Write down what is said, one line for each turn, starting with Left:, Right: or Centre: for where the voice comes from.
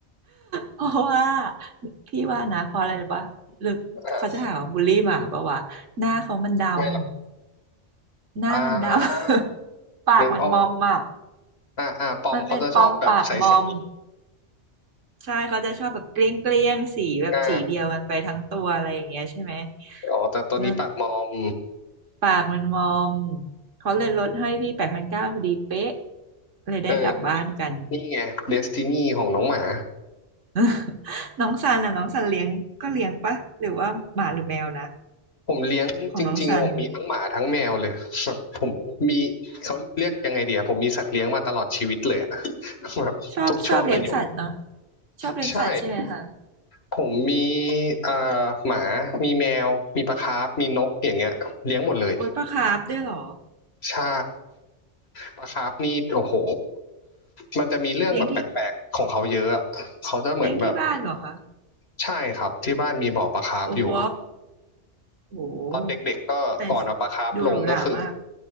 Right: เพราะว่าพี่ว่านะเพราะอะไรรู้ปะหรือเขาจะหาว่าบูลลี่หมาปะวะหน้าเขามันดำ
Left: อ่าไม่หรอก
Right: หน้ามันด
Left: อ่า
Right: ำ <laughs> ปากมันมอมอ่ะ
Left: นึกออก อ่าอ่าปอมเขาจะชอบแบบใส
Right: มันเป็นปอมปากมอมใช่เขาจะชอบแบบเกลี้ยงเกลี้ยงสีแบบสีเดียวกันไปทั้งตัวอะไรอย่างเงี้ยใช่ไหม
Left: ๆอ่าอ๋อแต่ตัวนี้ปากมอม
Right: แล้วปากมันมอมเขาเลยลดให้พี่แปดพันเก้าพอดีเป๊ะเลยได้กลับบ้านกัน
Left: เออนี่ไงเดสตินีของน้องหมา
Right: <laughs> น้องซันอ่ะน้องซันเลี้ยงก็เลี้ยงปะหรือว่าหมาหรือแมวนะ
Left: ผมเลี้ยงจริงๆผมมีทั้งหมาทั้งแมวเลยแบบผมมี
Right: ของน้องซัน
Left: เขาเรียกยังไงเดียวผมมีสัตว์เลี้ยงมาตลอดชีวิตเลยอะ <laughs> แบบทุกช่วงอายุ
Right: ชอบชอบเลี้ยงสัตว์เนาะชอบเลี้ยงสัตว์ใช่ไหมคะ
Left: ใช่ผมมีอ่าหมามีแมวมีปลาคาร์ฟมีนกอย่างเงี้ยเลี้ยงหมดเลย
Right: โอ้ยปลาคาร์ฟด้วยเหรอ
Left: ใช่ ปลาคาร์ฟนี่โอ้โหมันจะมีเรื่องแบบแปลกๆของเขาเยอะอะเขาจะเหมือนแบบ
Right: เลี้ยงที่เลี้ยงที่บ้านเหรอคะ
Left: ใช่ครับที่บ้านมีบ่อปลาคาร์ฟอยู่
Right: โอ้โหโอ้โห
Left: ตอนเด็กๆก็ก่อนเอาปลาคาร์ฟลงก็คือ
Right: แฟนดูหรูหรามาก